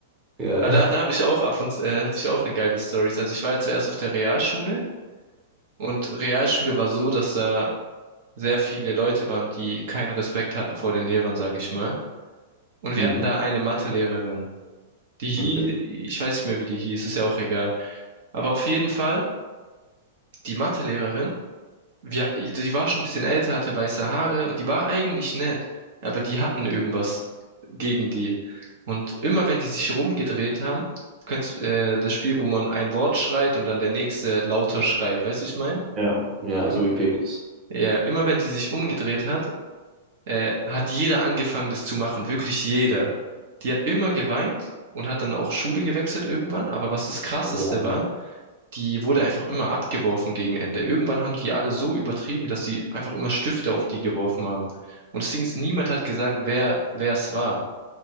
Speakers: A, on the right (about 20°); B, on the right (about 60°).
A: Ja.
B: Aber
A: <laughs>
B: da, da habe ich auch ab und zu, äh, hatte ich auch eine geile Story. Also ich war ja zuerst auf der Realschule und Realschule war so, dass da sehr viele Leute waren, die keinen Respekt hatten vor den Lehrern, sage ich mal. Und
A: Mhm.
B: wir hatten da eine Mathelehrerin. Die hieß,
A: Okay.
B: ich weiß nicht mehr, wie die hieß, ist ja auch egal. Aber auf jeden Fall, die Mathelehrerin wir, die war schon ein bisschen älter, hatte weiße Haare und die war eigentlich nett, aber die hatten irgendwas gegen die. Und immer wenn die sich rumgedreht haben, kennst äh, das Spiel, wo man ein Wort schreit und dann der nächste lauter schreit, weißt du, wie ich meine?
A: Ja. Ja,
B: Im-
A: so wie Penis.
B: Ja, immer wenn die sich umgedreht hat, äh, hat jeder angefangen, das zu machen, wirklich jeder. Die hat immer geweint und hat dann auch Schule gewechselt irgendwann, aber was das Krasseste
A: Oh, Die Arme.
B: war, die wurde einfach immer abgeworfen gegen Ende. Irgendwann haben die alle so übertrieben, dass sie einfach immer Stifte auf die geworfen haben. Und deswegen ist niemand hat gesagt, wer wer es war.